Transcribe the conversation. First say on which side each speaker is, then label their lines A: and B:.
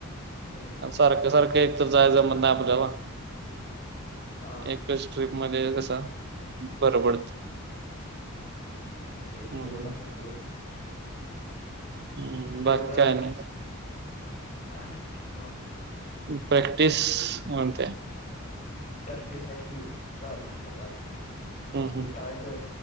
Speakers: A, on the left; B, on the right.
A: होय चांगलं
B: सारखं
A: पण
B: सारखं एक तर जायचं जमत नाही आपल्याला
A: हा
B: एकच ट्रीप मध्ये कसं बरं पडतय.
A: एक
B: हम्म
A: तेवढं आहे बरोबर
B: हम्म, बाकी
A: एकदाच
B: काय नाही
A: काय न्हाय निवांत
B: प्रॅक्टिस काय म्हणतय.
A: प्रॅक्टिस आहे कि चालू सकाळचं
B: हम्म
A: आपलं
B: हम्म
A: करायचं.